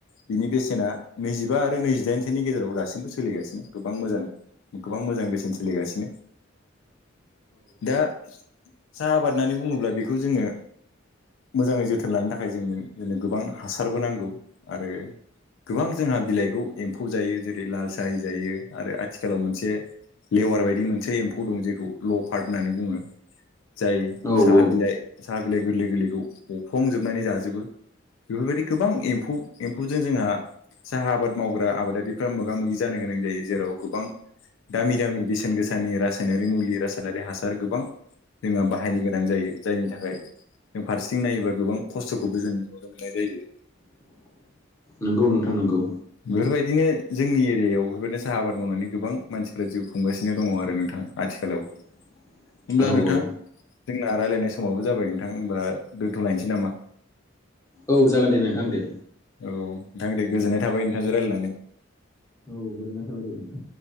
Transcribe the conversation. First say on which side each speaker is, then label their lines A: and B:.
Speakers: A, on the left; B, on the left.
A: बिनि बेसेना नैजिबा आरो नैजिदाइनसोनि गेजेराव दासिमबो सोलिगासिनो गोबां मोजाङै गोबां मोजां बेसेन सोलिगासिनो दा साहा आबाद होननानै बुङोब्ला बेखौ जोंङो मोजाङै जोथोन लानो थाखाय जोंङो जोंनो गोबां हासारबो नांगौ आरो गोबां जोंहा बिलाइखौ एम्फौ जायो जेरै लाल साहि जायो आरो आथिखालाव मोनसे लेवार बायदि मोनसे एम्फौ दं जेखौ ल' पार्ट होननानै बुङो। जाय
B: औ
A: साहा
B: औ औ
A: बिलाइ साहा बिलाइ गोरलै गोरलैखौ अरफ्लंजोबनानै जाजोबो बेफोरबायदि गोबां एम्फौ एम्फौजों जोंहा साहा आबाद मावग्रा आबादारिफ्रा मोगा मोगि जानो गोनां जायो जेराव गोबां दामि दामि बेसेन गोसानि रासायनारि मुलि रासायनारि हासार गोबां जोंहा बाहायनो गोनां जायो जायनि थाखाय जों फारसेथिं नायोबा गोबां खस्थ'खौबो जों नुनो मोननाय जायो।
B: नोंगौ नोंथां नोंगौ
A: बेफोरबायदिनो जोंनि एरियायाव बेफोरबायदिनो साहा आबाद मावनानै गोबां मानसिफ्रा जिउ खुंगासिनो दङ आरो नोंथां। आथिखालाव
B: <inaudible>
A: होमब्ला नोंथां
B: औ
A: जोंना राय्लायनाय समावबो जाबाय नोंथां होमबा दोन्थ'लायनोसै नामा।
B: औ जागोन दे नोंथां दे
A: औ नोंथां दे गोजोननाय थाबाय नोंथांजों रायलायनानै
B: औ गोजोननाय थाबाय दे नोंथां